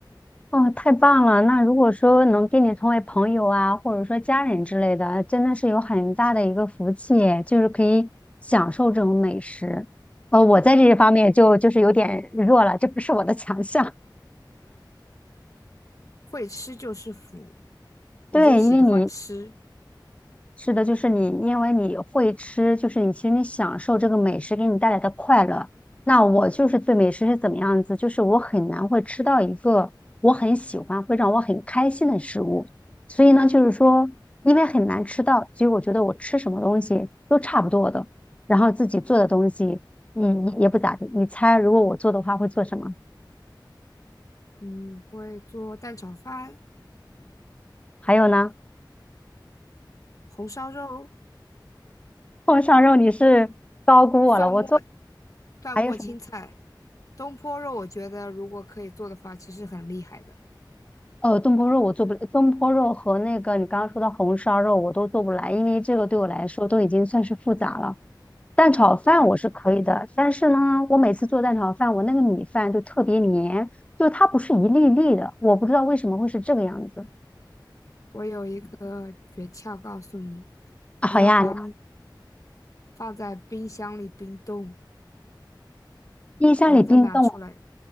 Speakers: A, on the left (about 15°); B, on the left (about 45°).
A: 哦，太棒了！那如果说能跟你成为朋友啊，或者说家人之类的，真的是有很大的一个福气耶就是可以享受这种美食。呃，我在这一方面就就是有点弱了，这不是我的强项。
B: 会吃就是福，
A: <laughs>
B: 我就喜欢吃。
A: 对，因为你是的，就是你，因为你会吃，就是你其实你享受这个美食给你带来的快乐。那我就是对美食是怎么样子，就是我很难会吃到一个我很喜欢、会让我很开心的食物。所以呢，就是说，因为很难吃到，所以我觉得我吃什么东西都差不多的。然后自己做的东西，嗯，也不咋地。你猜，如果我做的话会做什么？
B: 嗯，会做蛋炒饭、
A: 还有呢，
B: 红烧肉。
A: <laughs> 碰上肉你是高估我了，
B: 蒜末、
A: 我做。
B: 蒜末青菜、
A: 还有什么？
B: 东坡肉，我觉得如果可以做的话，其实很厉害的。
A: 呃，东坡肉我做不，东坡肉和那个你刚刚说的红烧肉我都做不来，因为这个对我来说都已经算是复杂了。蛋炒饭我是可以的，
B: 有
A: 但是呢，我每次做蛋炒饭，我那个米饭就特别黏，就是它不是一粒粒的，我不知道为什么会是这个样子。
B: 我有一个诀窍告诉你，
A: 啊好呀，
B: 你要把米
A: 你
B: 放在冰箱里冰冻，
A: 冰箱里冰冻了
B: 然后再拿出来。